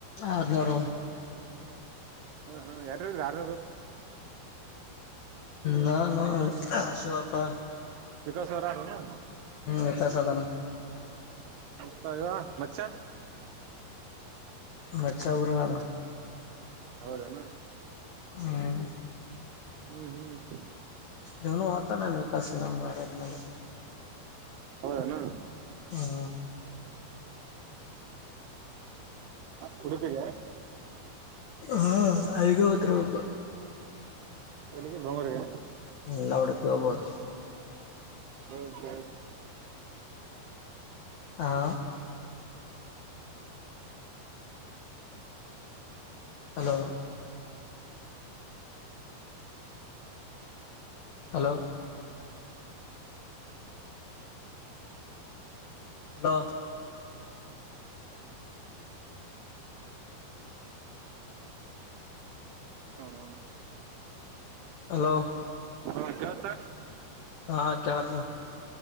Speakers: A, on the left; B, on the right.
A: ಆ ಅೂರ
B: ಹ್ಮ ಹ್ಮ ಯಾರ ಯಾರ
A: ನಾನು ಆಶಿವಪ್ಪಾ
B: ವಿಕಸ್ ಅವರಾರನು
A: ವಿಕಾಸ್ ಅದಾನ
B: ಇ ಮಸ
A: ನಚ್ಚ ಪರಗಾನ
B: ಹೌದನಾ
A: ಹ್ಮ್
B: ಹ್ಮ್ ಹ್ಮ್
A: ಇವನು ತ ನನ್ ವಿಕಾಸ ನಮ ಬಾರ ಇದ್ಮೇಲೆ
B: ಹೌದಣ
A: ಹಾ
B: ಕುಡತಗೆ
A: ಹಾ ಐಗ ಅವತ್ರ ಹು
B: ಎಲ್ಲಿಗೆ ಬಂಗೂರಿಗೆ
A: ಎಲ್ಲ ಹೊಡಿತ ಹೋಗಬೋದು
B: ಹೌ ಸ
A: ಹಾ ಹಲೋ ಹಲೋ ಹಲೋ
B: ಹ ನ
A: ಹಲೋ
B: ಹಾ ಯತ
A: ಹಾ ಕೇಳತ್